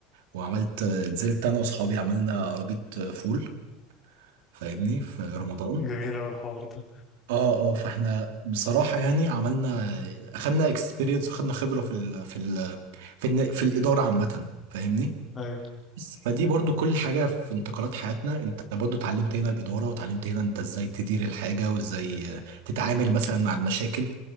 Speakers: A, on the right; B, on the left.
A: وعملت آه، نزلت انا واصحابي عملنا عربيه آه، فول فاهمني في رمضان
B: جميل اوي الحوار ده
A: اه اه فاحنا بصراحة يعني عملنا اخدنا اكسبيرينس واخدنا خبرة في ال في ال في, ال في الإدارة عامة فاهمني
B: ايوه
A: بس فدي برضو كل حاجة في انتقالات حياتنا انت برضو اتعلمت هنا الإدارة وتعلمت هنا انت ازاي تدير الحاجة وازاي تتعامل مثلا مع المشاكل